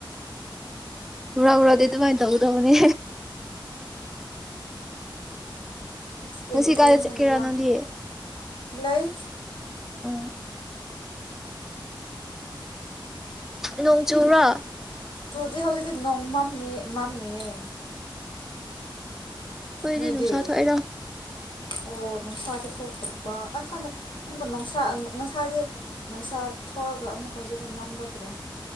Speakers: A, in the centre; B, on the left (about 75°).
A: ꯄꯨꯔꯥ ꯄꯨꯥꯗꯤ ꯑꯗꯨꯃꯥꯏꯅ ꯇꯧꯕ ꯇꯃꯅꯦ
B: ꯑꯦꯛꯁꯄꯦꯟꯗꯤꯆꯔꯅ
A: ꯉꯁꯤ ꯀꯥꯗ
B: ꯍꯦꯟꯅ
A: ꯀꯔꯥꯅꯗꯤꯌꯦ
B: ꯋꯥꯡꯈ꯭ꯔꯦ ꯂꯩ
A: ꯑ ꯅꯣꯡ ꯆꯨꯔꯥ
B: ꯆꯨꯗꯤ ꯍꯧꯖꯤꯛꯇꯤ ꯅꯣꯡ ꯃꯝꯃꯤ ꯃꯝꯃꯤꯌꯦ
A: ꯀꯣꯏꯗꯤꯗꯨꯅꯨꯡꯁꯥ
B: ꯅꯣꯏꯗꯤ
A: ꯊꯏꯗꯥ
B: ꯑꯣ ꯅꯨꯡꯁꯥꯥꯁ ꯊꯣꯛꯇꯕ ꯑꯁ ꯈꯥꯟꯗꯩ ꯑꯃꯨꯛꯀ ꯅꯨꯡꯁꯥ ꯉꯁꯥꯏꯗꯤ ꯅꯨꯡꯁꯥ ꯊꯣꯛꯑꯒ ꯑꯃꯨꯛꯀ ꯍꯧꯖꯤꯛꯇꯤ ꯃꯝꯅꯈ꯭ꯔꯦ